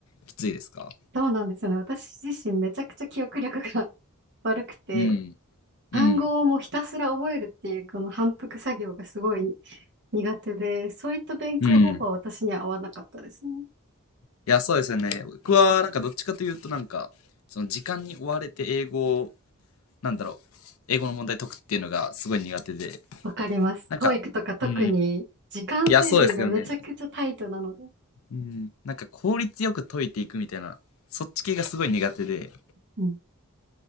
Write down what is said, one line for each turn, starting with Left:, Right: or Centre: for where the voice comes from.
Left: きついですか
Right: そうなんですよね。私自身めちゃくちゃ記憶力が <laughs> 悪くて、
Left: うん、
Right: 単語をもうひたすら覚えるっていうこの反復作業がすごい
Left: うん、
Right: 苦手で、そういった勉強方法は私には合わなかったですね。
Left: うん。いや、そうですよね。僕は、なんかどっちかというと、なんか、その時間に追われて英語をなんだろう、英語の問題解くっていうのがすごい苦手で、
Right: わかります。
Left: なんか、
Right: 教育とか特に時間制限がめちゃくちゃタイトなので。
Left: うん。いや、そうですよね。うん、なんか効率よく解いていくみたいな、そっち系がすごい苦手で、
Right: うん